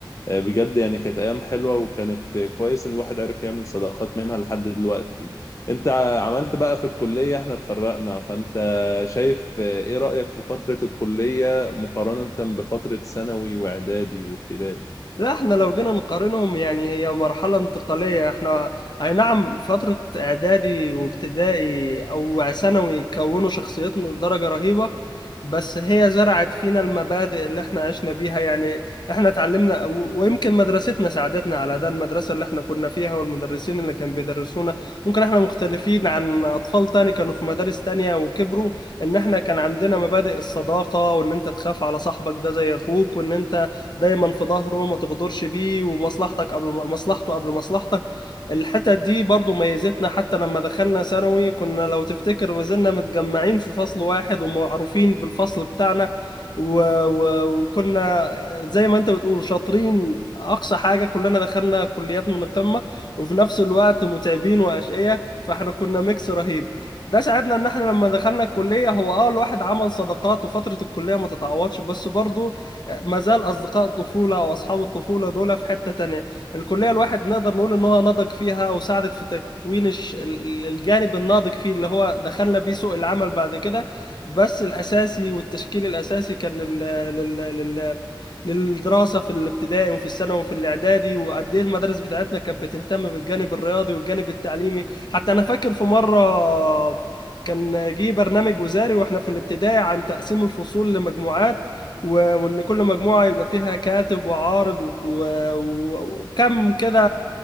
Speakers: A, on the left; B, on the left.
A: آه، بجد يعني كانت ايام حلوه وكانت كويس ان الواحد عرف يعمل صداقات منها لحد دلوقتي انت عملت بقى في الكليه احنا اتفرقنا فانت شايف آه، ايه رايك في فتره الكليه مقارنه بفتره ثانوي واعدادي وابتدائي
B: لا احنا لو جينا نقارنهم يعني هي مرحلة انتقالية احنا اي نعم فترة اعدادي وابتدائي او ثانوي كونوا شخصيتنا لدرجة رهيبة بس هي زرعت فينا المبادئ اللي احنا عشنا بيها يعني احنا اتعلمنا و- ويمكن مدرستنا ساعدتنا على ده المدرسة اللي احنا كنا فيها والمدرسين اللي كانوا بيدرسونا ممكن احنا مختلفين عن اطفال تاني كانوا في مدارس تانية وكبروا ان احنا كان عندنا مبادئ الصداقة وان انت تخاف على صاحبك ده زي اخوك وان انت دايما في ظهره ما تغدرش بيه ومصلحتك قبل مصلحته قبل مصلحتك الحتت دي برضو ميزتنا حتى لما دخلنا ثانوي كنا لو تفتكر ما زلنا متجمعين في فصل واحد ومعروفين بالفصل بتاعنا و... و... وكنا زي ما انت بتقول شاطرين اقصى حاجه كلنا دخلنا كليات من القمه وفي نفس الوقت متعبين واشقياء فاحنا كنا ميكس رهيب ده ساعدنا ان احنا لما دخلنا الكليه هو اه الواحد عمل صداقات وفتره الكليه ما تتعوضش بس برضه ما زال اصدقاء الطفوله او اصحاب الطفوله دول في حته تانية الكليه الواحد نقدر نقول ان هو نضج فيها وساعدت في تكوين الش- ال- ال- الجانب الناضج فيه اللي هو دخلنا بيه سوق العمل بعد كده بس الاساسي والتشكيل الاساسي كان لل... لل... لل... للدراسه في الابتدائي وفي الثانوي وفي الاعدادي وقد ايه المدارس بتاعتنا كانت بتهتم بالجانب الرياضي والجانب التعليمي حتى انا فاكر في مره كان جه برنامج وزاري واحنا في الابتدائي عن تقسيم الفصول لمجموعات و- وان كل مجموعه يبقى فيها كاتب وعارض و- و- وكم كده